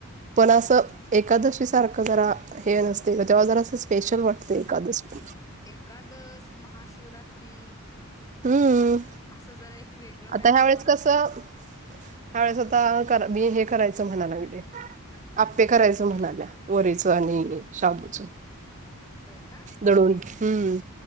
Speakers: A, on the right; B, on the left.
A: पण
B: हम्म
A: असं
B: हम्म हम्म
A: एकादशी सारखं जरा हे नसतय तेव्हा जरा असं स्पेशल वा तय एकादशी.
B: एकादश, महाशिवरात्री
A: हम्म.
B: असं जरा एक वेगळं
A: आता
B: काहीतरी
A: ह्या वेळेस
B: वाटतंय
A: कसं, ह्यावेेळेस आता करा मी हे करायचं म्हणाय लागले. आप्पे करायचं म्हणाल्या, वरीच आणि शाबूचं.
B: होय का?
A: दळून हम्म,